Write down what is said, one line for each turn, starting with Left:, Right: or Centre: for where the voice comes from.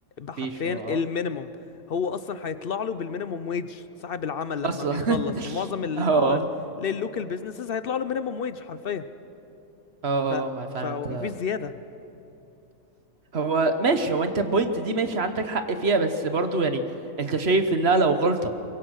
Right: مفيش
Left: حرفيا
Right: اه
Left: المينيمم هو اصلا هيطلع له بالمينيموم ويج صاحب العمل لما
Right: اصلا
Left: بيخلص
Right: <laughs>
Left: في معظم ال
Right: اه
Left: اه اللوكال بيزنسز هيطلع له مينيموم ويج حرفيا
Right: اه
Left: ف
Right: اه ما فعلا
Left: فمفيش
Right: انت
Left: زياده
Right: هو ماشي هو انت البوينت دي ماشي عندك حق فيها بس برضو يعني انت شايف انها لو غلطة